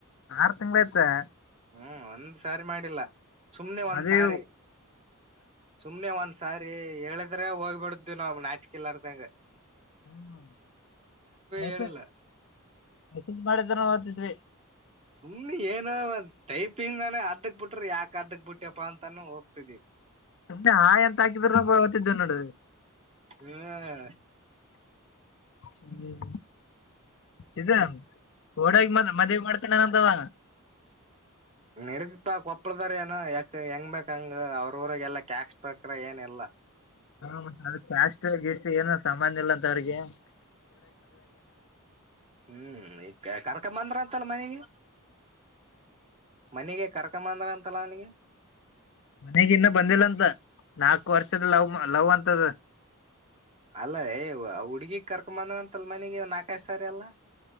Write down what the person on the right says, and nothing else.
ಹ್ಮ್ ಒಂದ್ ಸಾರಿ ಮಾಡಿಲ್ಲ ಸುಮ್ನೆ ಒಂದ
ಸಾರೆ ಸುಮ್ನೆ ಒಂದ ಸರಿ ಹೇಳಿದ್ರೆ ಹೋಗ್ಬಿಡ್ದು ನಾವ್ ನಾಚ್ಕಲದಂಗ
ಹೇಳಿಲ್ಲ
ಸುಮ್ನೆ ಏನ ಟೈಪಿಂಗ್ನ ಅರಕ್ ಬಿಟ್ರಿ ಯಾಕ ಅದಕ್ ಬಿಟ್ಟ್ಯಪ್ಪಾ ಅಂತಾನೂ ಹೋಗ್ತಿದವಿ
ಹ್ಮ್
ನಡತಿಪ ಕೊಪ್ಪಳದಾರಏನ ಯಾಕ ಹೆಂಗ್ ಬಕ್ಂಗ ಅವ್ರಗೆ ಎಲ್ಲಾ ಕ್ಯಾಶ್ ಬಕ್ರ ಏನ್ಲ್ಲಾ
ಹ್ಮ್ ಈ ಕರ್ಕ ಬಂದ್ರ ಅಂತಲ್ಲ ಮನೆಗೆ ಮನೆಗೆ ಕರ್ಕಂಬಂದ್ರ ಅಂತಲ್ಲ ಅವನಿಗೆ
ಅಲ್ಲ ರೇ ಹುಡ್ಗಿಗ್ ಕರ್ಕ ಬಂದ ಅಂತಲ್ ಮನೆಗೆ ನಾಲ್ಕಾಯ ಸಾರಿ ಅಲ್ಲ